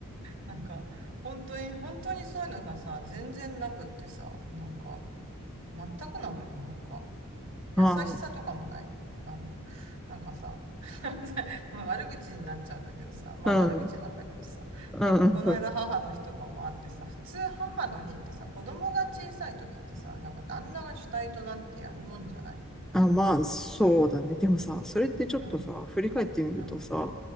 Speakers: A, on the right; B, in the centre.
A: なんか、本当に、本当にそういうのがさ、全然なくってさ、なんか、全くなのよ、なんか。優しさとかもないの。
B: ああ、
A: あの、なんかさ、<laughs> まあ悪口になっちゃうんだけどさ、まあ悪口なんだけどさ、
B: うん。うん。
A: なんかこの間母の日とかもあってさ、
B: うん
A: 普通母の日ってさ、子供が小さい時ってさ、なんか旦那が主体となってやるもんじゃない。
B: あ、まあ、そうだね。でもさ、それってちょっとさ、
A: うん、
B: 振り返ってみるとさ、
A: うん、